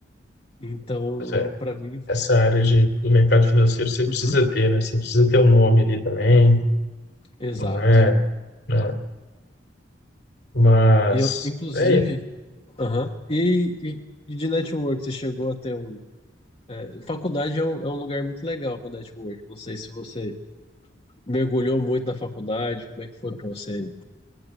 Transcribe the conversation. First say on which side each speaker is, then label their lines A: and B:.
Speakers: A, on the left; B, on the left.
A: Então,
B: É.
A: para mim,
B: essa área de, do mercado financeiro você precisa
A: uhum,
B: ter, né? Você precisa ter um nome ali também,
A: exato.
B: não é? Né? Mas,
A: E eu, inclusive,
B: é,
A: aham, e, e, e de network, você chegou até um. é, faculdade é um, é um lugar muito legal para network. Não sei se você mergulhou muito na faculdade? Como é que foi pra você aí?